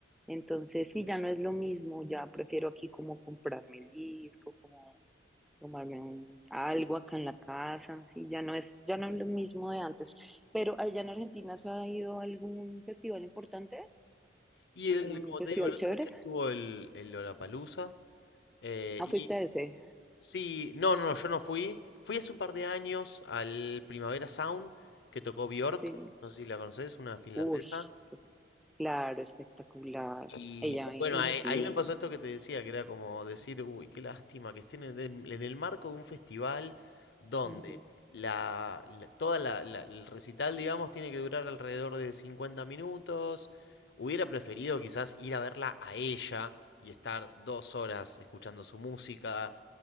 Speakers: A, in the centre; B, on the left.
A: Entonces, sí, ya no es lo mismo, ya prefiero aquí como comprarme el disco, como tomarme un- algo acá en la casa, sí, ya no es, ya no es lo mismo de antes. Pero allá en Argentina, ¿se ha ido a algún festival importante?
B: Y
A: ¿Algún
B: el, como
A: festival
B: te digo, el otro
A: chévere?
B: día estuvo el, el Lollapalooza, eh,
A: Ah,
B: y
A: fuiste a ese,
B: Sí, no, no, no, yo no fui. Fui hace un par de años al Primavera Sound que tocó Björk,
A: sí.
B: no sé si la conoces, una finlandesa.
A: Uy, es- claro, espectacular.
B: Y
A: Ella me,
B: bueno,
A: uy,
B: ahí,
A: sí.
B: ahí me pasó esto que te decía, que era como decir, uy, qué lástima que estén en el, en el marco de un festival donde
A: Ujú.
B: la, la- toda la, la- el recital, digamos, tiene que durar alrededor de 50 minutos. Hubiera preferido quizás ir a verla a ella y estar dos horas escuchando su música